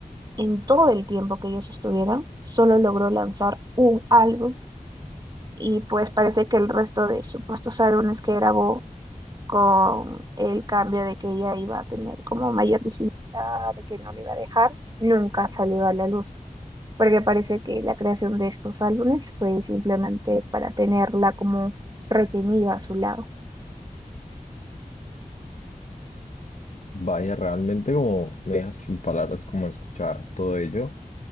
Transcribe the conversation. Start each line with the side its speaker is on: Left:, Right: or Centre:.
Right: en todo el tiempo que ellos estuvieron, solo logró lanzar un álbum y pues parece que el resto de supuestos álbumes que grabó con el cambio de que ella iba a tener como mayor visibilidad, de que no le iba a dejar, nunca salió a la luz, porque parece que la creación de estos álbumes fue simplemente para tenerla como retenida a su lado.
Left: Vaya, realmente como me deja sin palabras como escuchar todo ello,